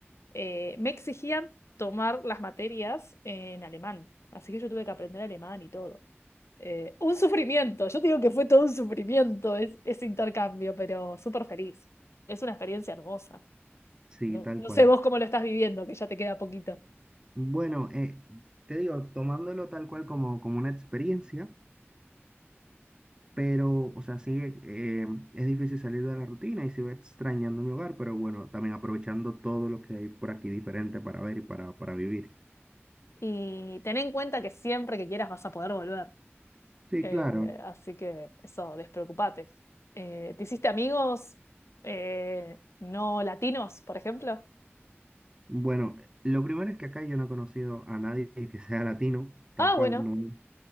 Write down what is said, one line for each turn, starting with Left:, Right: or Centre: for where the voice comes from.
Left: eh, me exigían tomar las materias en alemán. Así que yo tuve que aprender alemán y todo. Eh, un sufrimiento, yo te digo que fue todo un sufrimiento es- ese intercambio, pero súper feliz. Es una experiencia hermosa.
Right: sí,
Left: No,
Right: tal
Left: no
Right: cual.
Left: sé vos cómo lo estás viviendo, que ya te queda poquito.
Right: Bueno, eh, te digo, tomándolo tal cual como, como una experiencia, pero, o sea, sí, eh, es difícil salir de la rutina y sigo extrañando mi hogar, pero bueno, también aprovechando todo lo que hay por aquí diferente para ver y para, para vivir.
Left: Y ten en cuenta que siempre que quieras vas a poder volver.
Right: Sí,
Left: Eh,
Right: claro.
Left: así que eso, despreocupate. Eh, ¿te hiciste amigos eh, no latinos, por ejemplo?
Right: Bueno, lo primero es que acá yo no he conocido a nadie que sea latino, tal
Left: Ah,
Right: cual,
Left: bueno,
Right: no.